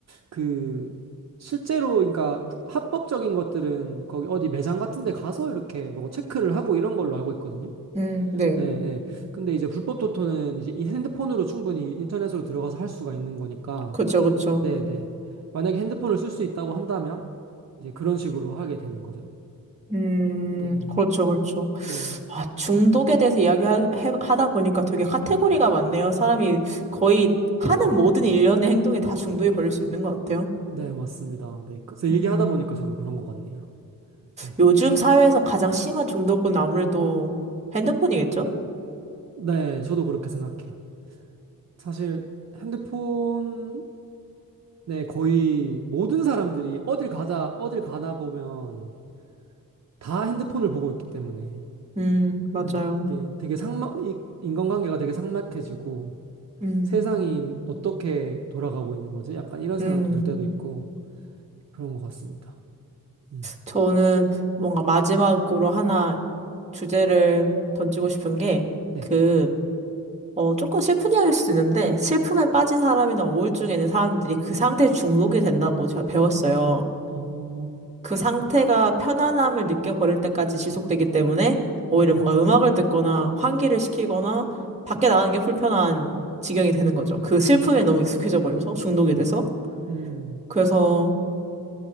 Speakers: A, on the right; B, on the right.
A: 그 실제로 그러니까 합법적인 것들은 거기 어디 매장 같은 데 가서 이렇게 뭐 체크를 하고 이런 걸로 알고 있거든요.
B: 음, 네.
A: 네, 네. 근데 이제 불법 토토는 이제 이 핸드폰으로 충분히 인터넷으로 들어가서 할 수가 있는 거니까
B: 그쵸, 그쵸.
A: 네, 네. 만약에 핸드폰을 쓸 수 있다고 한다면 이제 그런 식으로 하게 되는 거죠.
B: 음,
A: 네.
B: 그렇죠, 그렇죠.
A: 네.
B: 아, 중독에 대해서 이야기하다 보니까 되게 카테고리가 많네요. 사람이 거의 하는 모든 일련의 행동에 다 중독이 걸릴 수 있는 것 같아요.
A: 네, 맞습니다. 네. 그래서 얘기하다
B: 음,
A: 보니까 저도 그런 것 같네요. 네.
B: 요즘 사회에서 가장 심한 중독은 아무래도 핸드폰이겠죠?
A: 네, 저도 그렇게 생각해요. 사실 핸드폰에 거의 모든 사람들이 어딜 가다, 어딜 가나 보면 다 핸드폰을 보고 있기 때문에
B: 음, 맞아요.
A: 네, 이게 되게 상막, 이- 인간관계가 되게 삭막해지고
B: 음,
A: 세상이 어떻게 돌아가고 있는 거지? 약간 이런 생각도
B: 음.
A: 들 때도 있고 그런 것 같습니다. 음,
B: 저는 뭔가 마지막으로 하나 주제를 던지고 싶은 게그
A: 네.
B: 어, 조금 슬픈 이야기일 수도 있는데, 슬픔에 빠진 사람이나 우울증에 있는 사람들이 그 상태에 중독이 된다고 제가 배웠어요.
A: 어,
B: 그 상태가 편안함을 느껴버릴 때까지 지속되기 때문에, 오히려
A: 네.
B: 뭔가 음악을 듣거나 환기를 시키거나, 밖에 나가는 게 불편한 지경이 되는 거죠. 그 슬픔에 너무 익숙해져 버려서, 중독이 돼서.
A: 음,
B: 그래서,